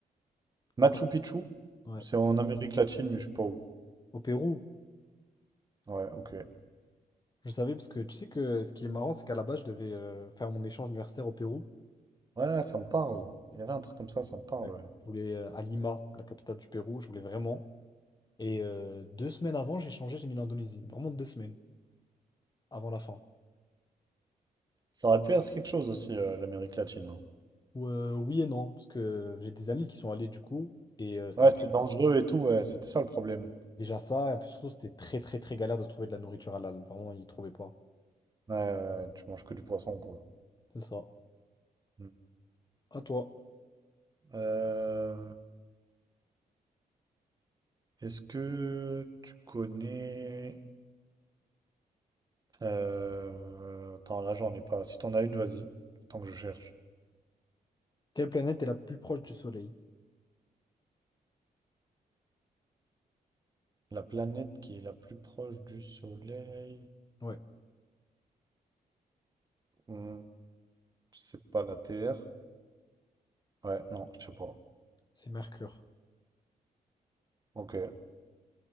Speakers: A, on the right; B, on the left.
A: Machu
B: Pourquoi?
A: Picchu?
B: Ouais.
A: C'est en Amérique latine, mais je sais pas où.
B: Au Pérou.
A: Ouais, ok.
B: Je savais parce que tu sais que ce qui est marrant, c'est qu'à la base, je devais euh, faire mon échange universitaire au Pérou.
A: Ouais, ça me parle. Il y avait un truc comme ça, ça me parle.
B: Ouais.
A: ouais.
B: Je voulais euh, à Lima, la capitale du Pérou. Je voulais vraiment. Et euh, deux semaines avant, j'ai changé, j'ai mis l'Indonésie. Vraiment deux semaines avant la fin.
A: Ça aurait pu être quelque chose aussi, euh, l'Amérique latine. hein.
B: Ou, euh, oui et non, parce que j'ai des amis qui sont allés du coup. Et euh, c'était
A: Ouais,
B: un
A: c'était
B: peu
A: dangereux et tout, ouais, c'était ça le problème.
B: déjà ça. Et un peu surtout, c'était très, très, très galère de trouver de la nourriture halal. Vraiment, ils trouvaient pas.
A: Ouais, ouais, ouais, tu manges que du poisson, quoi.
B: C'est ça.
A: Mm.
B: À toi.
A: Euh, Est-ce que tu connais... euh, Attends, là, j'en ai pas. Si t'en as une, vas-y. Tant que je cherche.
B: Quelle planète est la plus proche du Soleil?
A: La planète qui est la plus proche du Soleil...
B: Ouais,
A: Hmm, C'est pas la Terre. Ouais, non, je sais pas.
B: c'est Mercure.
A: Ok,